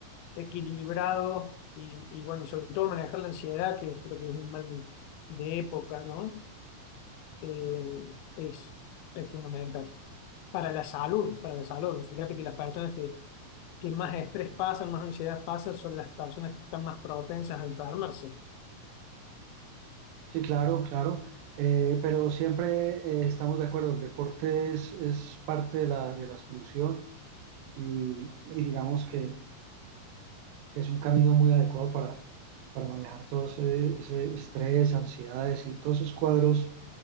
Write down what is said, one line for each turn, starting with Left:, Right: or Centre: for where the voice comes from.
Left: equilibrado y, y bueno, y sobre todo manejar la ansiedad, que yo creo que es un mal de, de época, ¿no? Eh, es, es fundamental. Para la salud, para la salud, fíjate que las personas que, que más estrés pasan, más ansiedad pasan, son las personas que están más propensas a enfermarse,
Right: Sí, claro, claro. Eh, pero siempre eh, estamos de acuerdo, el deporte es, es parte de la, de la solución y, y digamos que es un camino muy adecuado para, para manejar todo ese, ese estrés, ansiedades y todos esos cuadros